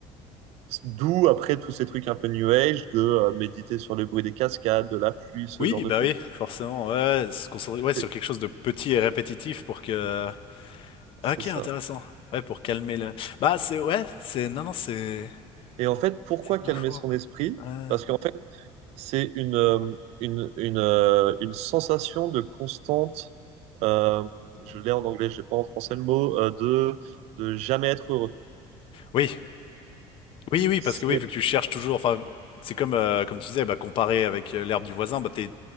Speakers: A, on the right (about 65°); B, on the left (about 50°).
A: D'où après tous ces trucs un peu new age de euh, méditer sur le bruit des cascades, de la pluie, ce
B: Oui,
A: genre de
B: bah
A: choses.
B: oui, forcément. Ouais, se concentrer ouais, sur
A: C'est
B: quelque chose de petit et répétitif pour que. Ah,
A: c'est
B: Ok,
A: ça.
B: intéressant. Ouais, pour calmer la. Bah c'est ouais, c'est non non c'est
A: Et en fait, pourquoi
B: c'est pas
A: calmer
B: faux.
A: son esprit?
B: Euh,
A: Parce que C'est une, euh, une, une, euh, une sensation de constante, euh, je l'ai en anglais, je n'ai pas en français le mot, euh, de, de jamais être heureux.
B: Oui, oui oui
A: C'est,
B: parce que oui vu que tu cherches toujours. Enfin c'est comme euh, comme tu disais bah comparer avec euh, l'herbe du voisin bah t'es